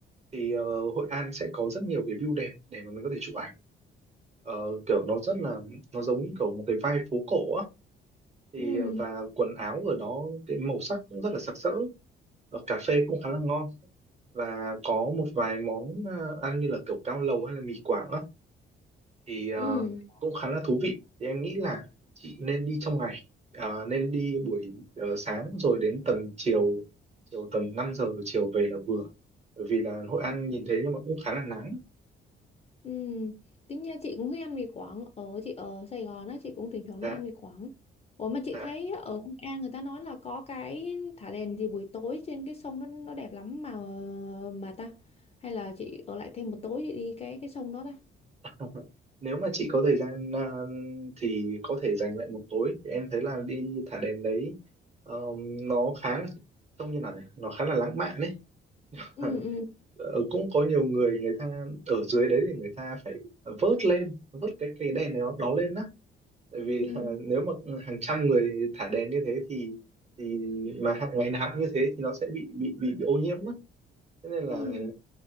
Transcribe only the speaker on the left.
Ừ.
Ừ.
Ừ. Tính nha chị cũng thích ăn mì Quảng ở chị ở Sài Gòn á chị cũng thỉnh thoảng
đi ăn mì Quảng Ủa mà chị
thấy ở Hội An người ta nói là có cái thả đèn gì buổi tối trên cái sông nó nó đẹp lắm mà mà ta hay là chị ở lại thêm một tối chị đi cái cái sông đó ta
ừ ừ
ừ
ừ